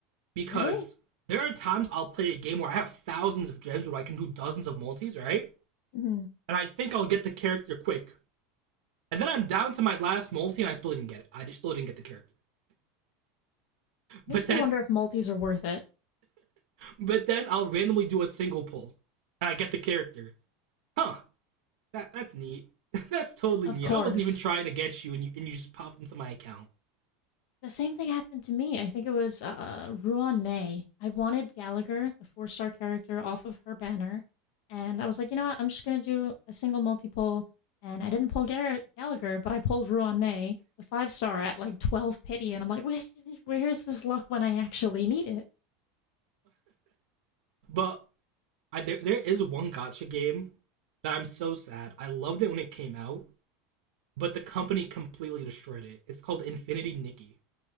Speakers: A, on the right; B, on the left.
A: because
B: really?
A: there are times I'll play a game where I have thousands of gems where I can do dozens of multis, right?
B: hmm
A: And I think I'll get the character quick. And then I'm down to my last multi and I still didn't get it. I just still didn't get the character. <laughs> But
B: Makes
A: then
B: me wonder if multis are worth it.
A: but then I'll randomly do a single pull. And I get the character. Huh. That that's neat. <laughs> that's totally
B: Of
A: neat.
B: course.
A: I wasn't even trying to get you and you and you just popped into my account.
B: The same thing happened to me. I think it was uh, Ruan May. I wanted Gallagher, the four star character, off of her banner. And I was like, you know what? I'm just going to do a single multi pull. And I didn't pull Gar- Gallagher, but I pulled Ruan May, the five star, at like 12 pity. And I'm like, wait, where <laughs> is this luck when I actually need it?
A: But I, there there is one gotcha game that I'm so sad. I loved it when it came out, but the company completely destroyed it. It's called Infinity Nikki.